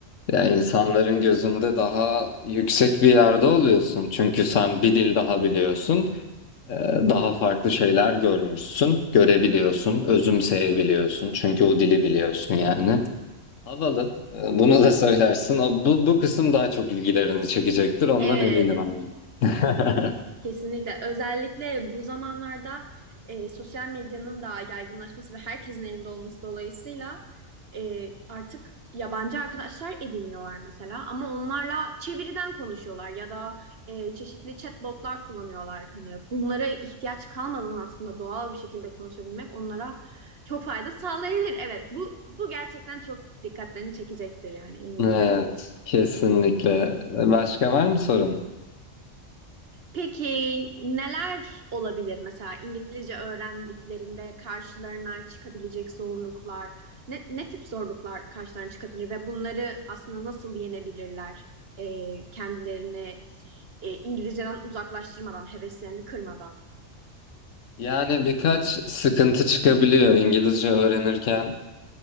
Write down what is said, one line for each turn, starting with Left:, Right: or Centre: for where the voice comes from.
Left: ya insanların gözünde daha yüksek bir yerde oluyorsun çünkü sen bir dil daha biliyorsun. Ee, daha farklı şeyler görmüşsün, görebiliyorsun, özümseyebiliyorsun. Çünkü o dili biliyorsun yani. Havalı. Ee, Bunu da söylersin. O, bu, bu kısım daha çok ilgilerini çekecektir. Ondan
Right: Evet.
Left: eminim ama. <laughs>
Right: Kesinlikle. Özellikle bu zamanlarda e, sosyal medyanın da yaygınlaşması ve herkesin elinde olması dolayısıyla e, artık yabancı arkadaşlar ediniyorlar mesela ama onlarla çeviriden konuşuyorlar ya da e, çeşitli chatbotlar kullanıyorlar. Hani bunlara ihtiyaç kalmadan aslında doğal bir şekilde konuşabilmek onlara çok fayda sağlayabilir. Evet, bu bu gerçekten çok dikkatlerini çekecektir yani eminim.
Left: Evet, kesinlikle. Başka var mı sorun?
Right: Peki neler olabilir mesela İngilizce öğrendiklerinde karşılarına çıkabilecek zorluklar, ne, ne tip zorluklar karşılarına çıkabilir ve bunları aslında nasıl yenebilirler e, kendilerini e, İngilizceden uzaklaştırmadan, heveslerini kırmadan?
Left: Yani birkaç sıkıntı çıkabiliyor İngilizce öğrenirken.